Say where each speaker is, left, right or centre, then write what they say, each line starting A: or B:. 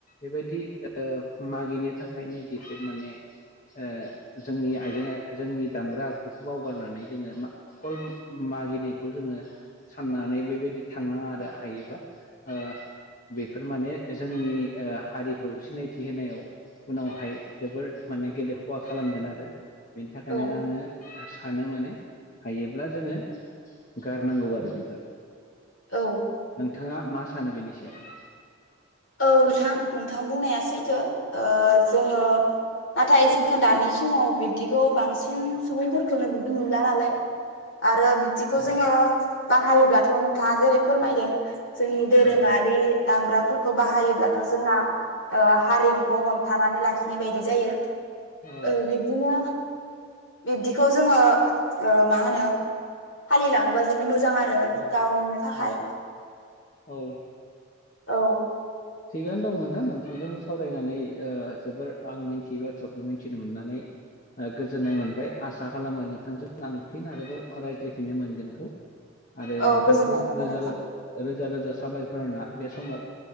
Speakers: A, on the left; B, on the left.
A: बेबायदि ओ मागिनो थाखायनो निजिखौ माने ओ जोंनि आइजें जोंनि दामग्रा आगजुखौ बावगारनानै जोङो मा अखल मागिनायखौ जोङो साननानै बेबायदि थांनाङा आरो हायोबा ओ। बेफोर माने जोंनि ओ हारिखौ सिनायथि होनायाव उनावहाय जोबोर माने गेदेर खहा खालामगोन आरो। बेनि थाखायनो
B: औ
A: आङो सानो माने हायोब्ला जोङो गारनांगौ आरो बेफोरखौ।
B: औ।
A: थाङा मा सानो बेनि सायाव?
B: औ नोंथां नोंथां बुंनाया सैथो ओ जोङो नाथाय जोङो दानि समाव बिब्दिखौ बांसिन सुबुंफोरखौनो बिब्दि नुला नालाय। आरो बिब्दि खौ
A: औ
B: जोङो बाहायोब्लाथ' नोंथाङा जेरै फोरमायदों जोंनि
A: औ
B: दोरोङारि दामग्राफोर खौ बाहायोब्लाथ' जोंना ओ हारिमुखौ हमथानानै लाखिनाय बायदि जायो।
A: औ
B: ओ बिब्दिनो बिब्दिखौ जोङो ओ मा होनो फालिलाङोबा जों मोजां आरो
A: औ
B: गाव नुनो थाखाय।
A: औ औ।
B: औ।
A: थिगानो दं नोंथां नोंथांजोंबो सावरायनानै ओ जोबोर आं मिन्थियै बाथ्राखौ मिन्थिनो मोननानै ओ गोजोननाय मोनबाय आसा खालामो नोंथांजों आं फिन आरोबाव रायज्लायफिननो मोनगोनखौ आरो
B: औ
A: नोंथांखौ
B: गोजोननाय थाबाय
A: रोजा
B: नोंथां
A: रोजा रोजा रोजा साबायखरना बे समाव